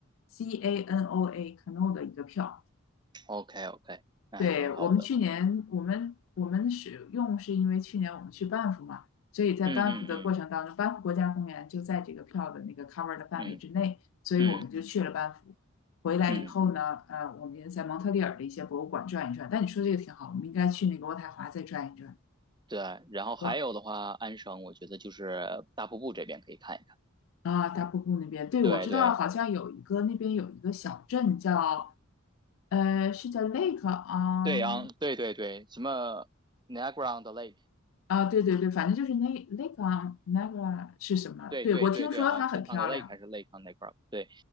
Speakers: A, on the left; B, on the right.
A: C A N O A Canoa 的一个票。
B: ，OK OK，那还挺好的。
A: 对，我们去年我们我们使用是因为去年我们去班夫嘛，所以在班夫的过程当中，
B: 嗯嗯
A: 班夫国家公园就在这个票的那个 cover 的范围之内，
B: 嗯
A: 所以我们就去了班夫。
B: 嗯嗯
A: 回来以后呢，
B: 嗯，
A: 呃，我们也在蒙特利尔的一些博物馆转一转。但你说这个挺好，我们应该去那个渥太华再转一转。
B: 对。然后还有的话，
A: 我
B: 安省我觉得就是大瀑布这边可以看一看。
A: 啊，大瀑布那边，对，
B: 对对
A: 我知道好像有一个那边有一个小镇叫呃，是叫 Lake on
B: 对，昂，
A: 对
B: 对对对，什么 Niagara on the Lake
A: 啊，对对对，反正就是那那个啊那 e 是什么？
B: 对对对对，
A: 对，我听说它很漂亮。
B: 好像是 on the lake 还是 lake on the g r o u n 对